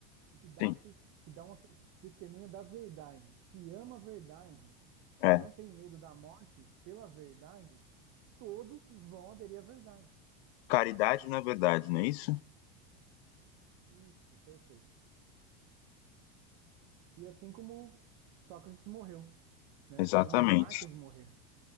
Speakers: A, on the right; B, on the left.
A: e que dá,
B: Sim.
A: tes- que dá uma tes- testemunha da verdade, que ama a verdade
B: É.
A: e não tem medo da morte pela verdade, todos vão aderir à verdade,
B: Caridade
A: né?
B: na verdade, não é isso?
A: Isso, perfeito. E assim como Sócrates morreu, né?
B: Exatamente.
A: Como os mártires morreram,